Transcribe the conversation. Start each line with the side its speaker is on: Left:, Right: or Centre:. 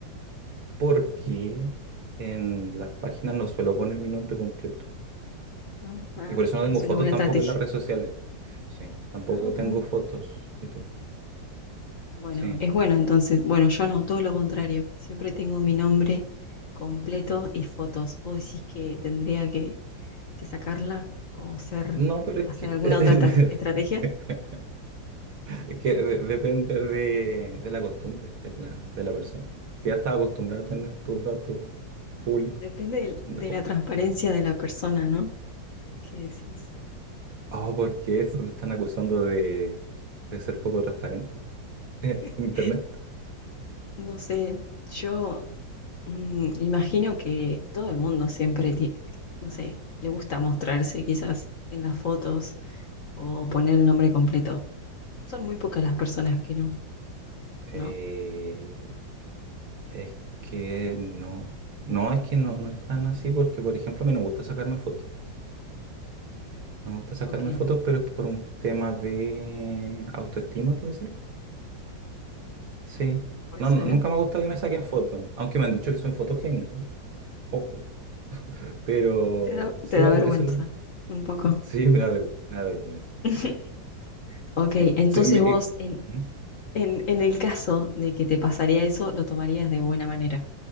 Right: porque en las páginas no suelo poner mi nombre completo.
Left: Ajá.
Right: Y por eso no
Left: Es
Right: tengo fotos
Left: una buena
Right: tampoco
Left: estrategia.
Right: en las redes sociales. Sí, tampoco
Left: Ajá.
Right: tengo fotos y todo.
Left: Bueno,
Right: Sí.
Left: es bueno entonces. Bueno, yo no, todo lo contrario. Siempre tengo mi nombre completo y fotos. ¿Vos decís que tendría que, que sacarla o ser,
Right: No, pero es
Left: hacer
Right: que...
Left: alguna
Right: <laughs>
Left: otra estra- estrategia?
Right: Es que de- depende de, de la costumbre de la, de la persona. Si ya estás acostumbrada a tener tus datos públicos,
Left: Depende del-
Right: ya
Left: de,
Right: como-
Left: la transparencia
Right: bueno.
Left: de la persona, ¿no? ¿Qué decís?
Right: Oh, porque eso me están acusando de, de ser poco transparente <laughs> en
Left: <laughs>
Right: internet.
Left: No sé, yo Mm, imagino que todo el mundo siempre, ti- no sé, le gusta mostrarse quizás en las fotos o poner el nombre completo. Son muy pocas las personas que no,
Right: Eh,
Left: ¿no?
Right: es que no. No, es que no, no es tan así porque, por ejemplo, a mí no me gusta sacarme fotos. No me gusta sacarme
Left: Ok,
Right: fotos, pero es por un tema de autoestima, puede ser. Sí.
Left: puede
Right: No,
Left: ser.
Right: no, nunca me ha gustado que me saquen fotos, aunque me han dicho que soy fotogénico. Ojo. Pero
Left: Te da,
Right: sí
Left: te da
Right: va
Left: vergüenza,
Right: por ese lado.
Left: un poco.
Right: Sí, me da, ver- me da vergüenza. Sí,
Left: <laughs> Ok,
Right: sí.
Left: entonces
Right: Sí, me- eh,
Left: vos, en,
Right: ¿Mm?
Left: en, en el caso de que te pasaría eso, lo tomarías de buena manera,